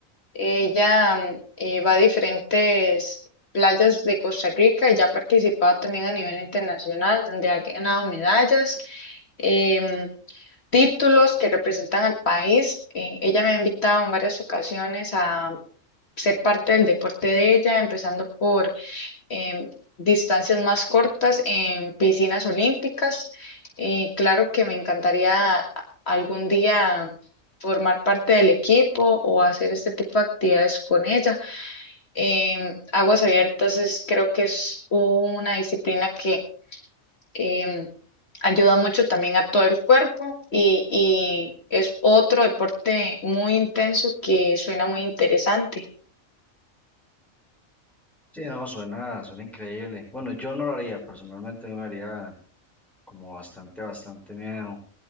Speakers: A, on the left; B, in the centre.
A: Ella mm, eh, va a diferentes playas de Costa Rica y ya ha participado también a nivel internacional, donde ha ganado medallas, em, títulos que representan al país. Eh, ella me ha invitado en varias ocasiones a ser parte del deporte de ella, empezando por em, distancias más cortas en piscinas olímpicas. Y claro que me encantaría a- algún día formar parte del equipo o hacer este tipo de actividades con ella. Em, aguas abiertas es, creo que es una disciplina que em, ayuda mucho también a todo el cuerpo y, y es otro deporte muy intenso que suena muy interesante.
B: Sí, no, suena, suena increíble. Bueno, yo no lo haría, personalmente a mí me haría como bastante, bastante miedo.